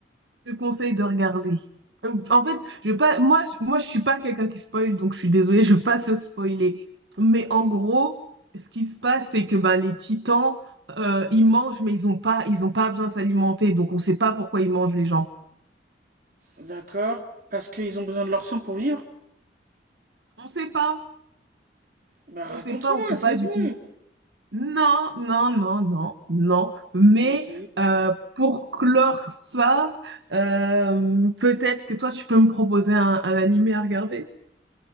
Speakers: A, on the right; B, on the right.
A: Je te conseille de regarder. Euh, En fait, je vais pas, moi, je- moi, je suis pas quelqu'un qui spoil, donc je suis désolée, <laughs> je vais pas se spoiler. Mais en gros, ce qui se passe, c'est que bah, les titans, euh, ils mangent, mais ils ont pas, ils ont pas besoin de s'alimenter, donc on sait pas pourquoi ils mangent les gens.
B: D'accord. Parce qu'ils ont besoin de leur sang pour vivre.
A: On sait pas,
B: Bah raconte-moi,
A: on sait pas, on sait
B: c'est
A: pas du
B: bon.
A: tout. Non, non, non, non, non. Mais
B: Ok.
A: euh, pour clore ça, euh, peut-être que toi, tu peux me proposer un, un animé à regarder.